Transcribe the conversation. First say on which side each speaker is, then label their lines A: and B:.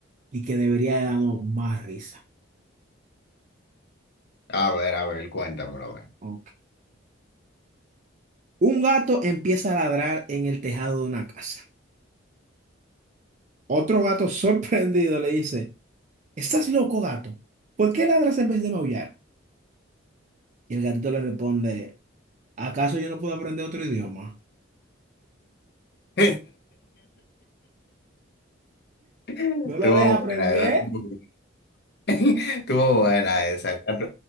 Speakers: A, on the right (about 40°); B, on the left (about 55°).
A: y que debería de darnos más risa.
B: A ver, a ver, cuéntamelo, a ver.
A: Ok. Un gato empieza a ladrar en el tejado de una casa. Otro gato <laughs> sorprendido le dice, ¿Estás loco, gato? ¿Por qué ladras en vez de maullar? Y el gatito le responde, ¿acaso yo no puedo aprender otro idioma?
B: <laughs> Estuvo
A: ¿No lo deja aprender?
B: buena esa. Estuvo estuvo buena esa. El gato,